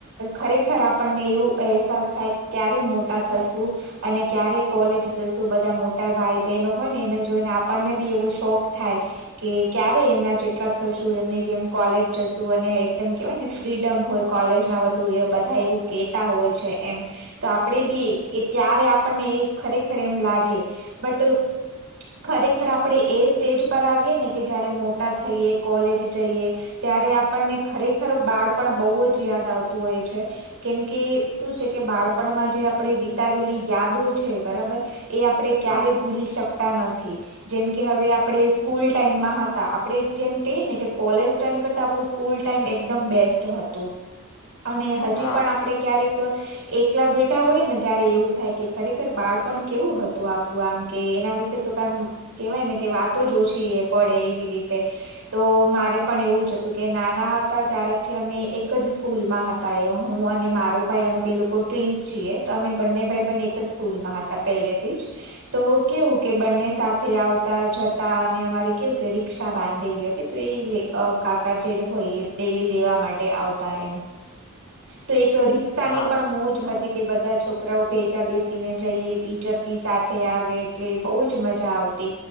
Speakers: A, on the right; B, on the left.
A: ખરેખર આપણને એવો અહેસાસ થાય કે ક્યારે મોટા થઈશું. અને ક્યારેક કોલેજ જઈશું, બધા મોટા ભાઈ... બનો હોય ને, એને જોઈને આપણને પણ એવો શોખ થાય. કે ક્યારે એમના જેટલા થઈશું, એમની જેમ કોલેજ જઈશું અને એકદમ, કહેવાય ને, ફ્રીડમ હોય. કોલેજમાં બધું, બધા એવું કહેતા હોય છે એમ. તો આપણને પણ ત્યારે ખરેખર એમ લાગે, બસ. ખરેખર આપણે એ સ્ટેજ પર આવીએ ને, કે જ્યારે મોટા થઈએ, કોલેજ જઈએ. ત્યારે આપણને ખરેખર બાળપણ બહુ જ યાદ આવતું હોય છે. કેમ કે શું છે કે બાળપણમાં જે આપણે વિતાવેલી યાદો છે, બરાબર. એ આપડે ક્યારેય
B: હા
A: ભૂલી શકતા નથી. જેમ કે હવે આપડે સ્કૂલ ટાઈમમાં હતા, આપડે જેમ કહીએ ને કે કોલેજ ટાઈમ કરતાં આપડું સ્કૂલટાઈમ એકદમ બેસ્ટ હતો અને હજી
B: હા
A: પણ આપણે ક્યારેક એકલા બેઠા હોઈએ ને ત્યારે એવું થાય કે ખરેખર બાળપણ કેવું હતું આપડું આમ. કે એના વિશે તો કમ કહેવાય ને, કે વાતો જ ઓછી એ પડે એવી રીતે. તો મારે પણ એવું જ હતું કે નાના હતા ત્યારથી અમે એક જ સ્કૂલમાં હ તા. હું અને મારો ભાઈ, અમે બે લોકો ટ્વિન્સ છીએ, તો અમે બંને ભાઈ બેન એક જ સ્કૂલમાં હ તાં પહેલેથી જ. તો કેવું કે બંને સાથે આવતા-જતા અને અમારે કેવું કે રિક્ષા બાંધેલી હતી. તો એલે કાકા જે હોય ડેલી લેવા માટે આવતા એમ.
B: <inaudible>
A: તો એ કઢી સાની
B: હા
A: પણ મોજ હતી કે બધા છોકરાઓ ભેગા બેસીને જઈએ ટીચર બી સા થે આવે એટલે બહુ જ મજા આવતી.